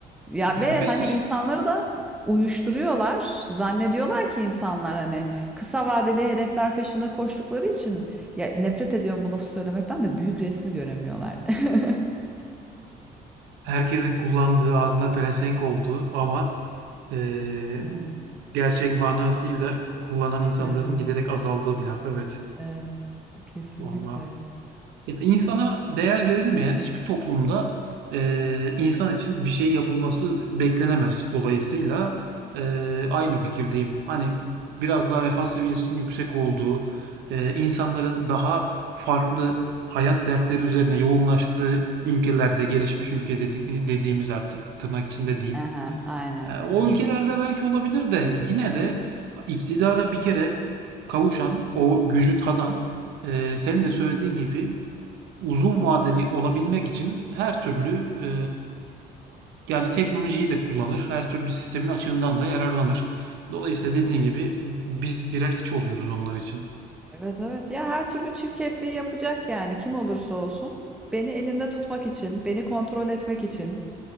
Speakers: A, in the centre; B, on the right (about 85°).
A: Ya
B: Şüphesiz.
A: ve hani insanları da uyuşturuyorlar. Zannediyorlar ki insanlar hani kısa vadeli hedefler peşinde koştukları için ya nefret ediyorum bu lafı söylemekten de büyük resmi göremiyorlar. <laughs>
B: herkesin kullandığı, ağzına pelesenk olduğu ama eee,
A: Evet,
B: gerçek manasıyla kullanan insanların
A: evet,
B: giderek azaldığı bir laf. Evet.
A: evet. Kesinlikle.
B: Vallahi ya insana değer verilmeyen hiçbir toplumda eee, insan için bir şey yapılması beklenemez. Dolayısıyla eee, aynı fikirdeyim. Hani biraz daha refah seviyesinin yüksek olduğu, eee, insanların daha farklı hayat dertleri üzerine yoğunlaştığı ülkelerde, gelişmiş ülke dedik, dediğimiz artık tırnak içinde diyeyim.
A: Aha, aynen,
B: Eee, o
A: aynen.
B: ülkelerde belki olabilir de yine de iktidara bir kere kavuşan, o gücü tadan, eee senin de söylediğin
A: Hı hı.
B: gibi uzun vadeli olabilmek için her türlü e, yani teknolojiyi de kullanır, her türlü sistemin açığından da yararlanır. Dolayısıyla dediğin gibi biz birer hiç oluyoruz onlar için.
A: Evet evet ya her türlü çirkefliği yapacak yani kim olursa olsun beni elinde tutmak için beni kontrol etmek için